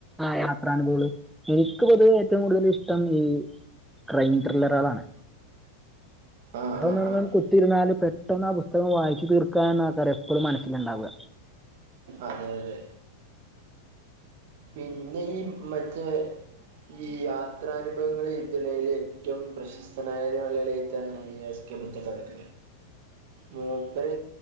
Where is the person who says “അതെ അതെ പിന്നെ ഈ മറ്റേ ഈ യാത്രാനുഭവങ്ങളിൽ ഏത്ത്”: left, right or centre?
Right